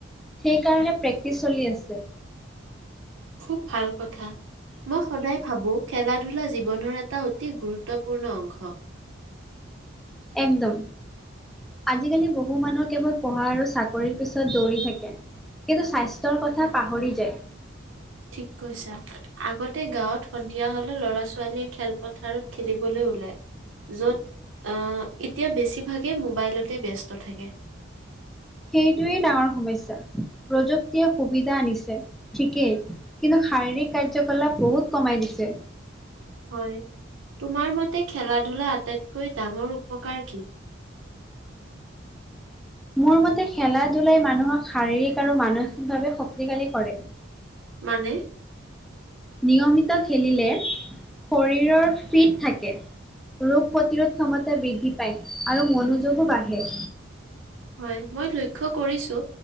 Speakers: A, in the centre; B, on the right.
A: সেইকাৰণে প্ৰেক্টিচ চলি আছে
B: খুব ভাল কথা মই সদায় ভাবো খেলা ধূলা জীৱনৰ এটা অতি গুৰুত্বপূৰ্ণ অংশ
A: এনদম আজিকালি বহু মানুহ কেৱল পঢ়া আৰু চাকৰিৰ পিছত দৌৰি থাকে কিন্তু স্বাস্থ্যৰ কথা পাহৰি যায়
B: ঠিক কৈছা আগতে গাঁৱত সন্ধিয়া হলে ল'ৰা ছোৱালীয়ে খেলপথাৰত খেলিবলৈ ওলায় য'ত আ এতিয়া বেছিভাগেই মোবাইলতে ব্যস্ত থাকে
A: সেইটোৱেই ডাঙৰ সমস্যা প্ৰযুক্তিয়ে সুবিধা আনিছে ঠিকেই কিন্তু শাৰীৰিক কাৰ্যকলাপ বহুত কমাই দিছে
B: হয় তোমাৰ মতে খেলা ধূলা আটাইতকৈ ডাঙৰ উপকাৰ কি
A: মোৰ মতে খেলা ধূলাই মানুহক শাৰীৰিক আৰু মানসিকভাৱে শক্তিশালী কৰে
B: মানে
A: নিয়মিত খেলিলে শৰীৰৰ ফিট থাকে ৰোগ প্ৰতিৰোধ ক্ষমতা বৃদ্ধি পায় আৰু মনোযোগো বাঢ়ে
B: হয় মই লক্ষ্য কৰিছো